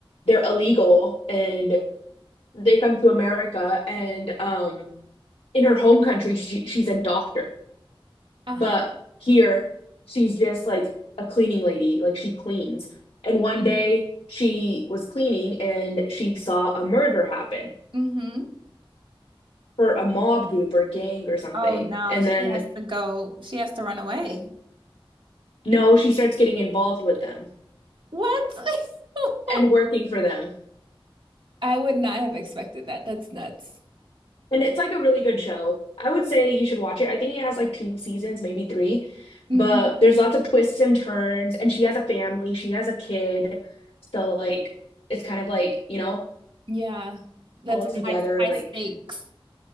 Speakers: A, on the left; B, on the right.
A: they're illegal and they come to America and um in her home country she she's a doctor.
B: Uh-huh.
A: But here she's just like a cleaning lady, like she cleans. And one
B: Mm,
A: day she was cleaning and she saw a murder happen
B: hmm
A: for a mob group or gang or something.
B: Oh no,
A: And
B: she
A: then
B: has to go. She has to run away.
A: no, she starts getting involved with them
B: What? <laughs>
A: and working for them.
B: I would not have expected that. That's nuts.
A: And it's like a really good show. I would say you should watch it. I think it has like two seasons, maybe three,
B: Mhm.
A: but there's lots of twists and turns. And she has a family, she has a kid. So, like, it's kind of like, you know,
B: Yeah. That's
A: all
B: a
A: together.
B: high high
A: Like,
B: stakes.